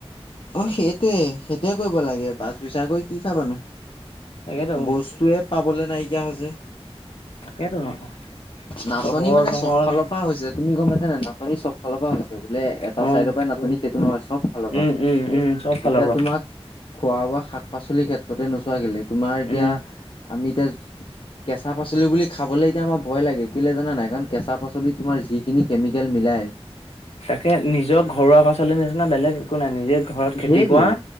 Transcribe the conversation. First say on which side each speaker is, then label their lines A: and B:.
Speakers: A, on the left; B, on the left.
A: অ' সেইটয়ে সেইটয়ে কৰিব লাগে বাছ বিচাৰ কৰি কি খাবানো।
B: তাকেতো
A: বস্তুয়ে পাবলে নাইকিয়া হৈছে।
B: তাকেইতো নহ
A: নাটনি
B: চহৰ
A: মানে
B: - নহৰ
A: চব ফালৰ হৈছে তুমি গমাইছ নে নাটনি চব ফালৰ পৰা হৈছে বোলে এটা
B: অ',
A: চাইডৰ পৰা নাটনি সেইটো নহয় চব ফালৰ
B: উম,
A: পৰা।
B: উম, উম, চব ফালৰ
A: এতিয়া
B: পৰা
A: তোমাক খোৱা বোৱা শাক-পাচলিৰ ক্ষেত্ৰতে নোচোৱা কেলে। তোমাৰ এতিয়া
B: উম।
A: আমি এতিয়া কেঁচা পাচ পাচলি বুলি খাবলৈ এতিয়া আমাৰ ভয় লাগে কেলৈ জানা নাই কাৰণ কেঁচা পাচলিত তোমাৰ যিখিনি কেমিকেল মিলাই
B: তাকে নিজৰ ঘৰুৱা পাচলিৰ নিচিনা বেলেগ একো নাই নিজে ঘৰত খেতি
A: সেইটোৱে
B: কৰা